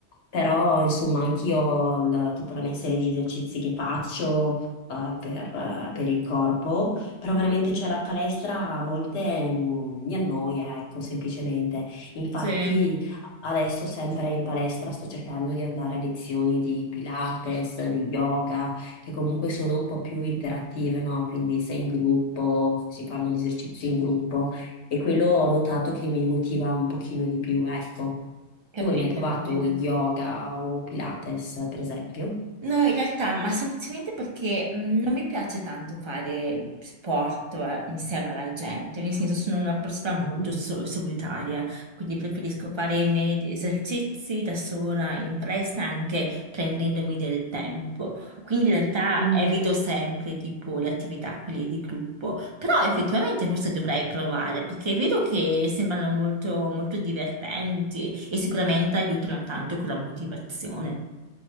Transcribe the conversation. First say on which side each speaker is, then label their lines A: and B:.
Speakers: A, on the left; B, on the right.
A: Però, insomma, anch'io ho il- tutta la mia serie di esercizi che faccio, eh, per, eh, per il corpo, però veramente c'è la palestra a volte mm, mi annoia, ecco, semplicemente. Infatti
B: sì.
A: Adesso sempre in palestra sto cercando di andare a lezioni di Pilates, di yoga, che comunque sono un po' più interattive, no? Quindi sei in gruppo, si fanno gli esercizi in gruppo e quello ho notato che mi motiva un pochino di più, ecco.
B: Capito,
A: Tu hai mai provato
B: capito.
A: yoga o Pilates, per esempio?
B: No, in realtà, ma semplicemente perché mh, non mi piace tanto fare sport eh, insieme alla gente, nel senso sono una persona
A: <laughs>
B: molto so- solitaria, quindi preferisco fare i miei esercizi da sola in palestra anche prendendomi del tempo. Quindi in realtà
A: Mm.
B: evito sempre tipo le attività quelle di gruppo, però effettivamente forse dovrei provare perché vedo che sembrano molto, molto divertenti e sicuramente aiutano tanto con la motivazione.